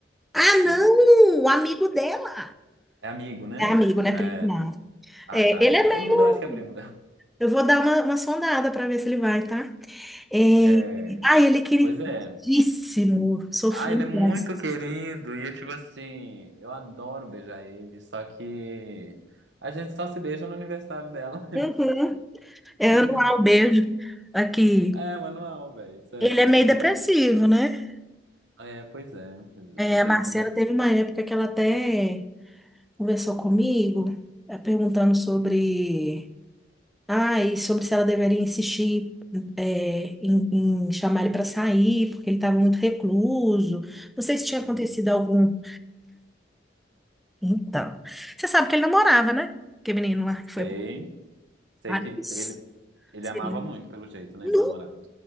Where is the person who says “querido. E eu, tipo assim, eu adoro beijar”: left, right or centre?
Right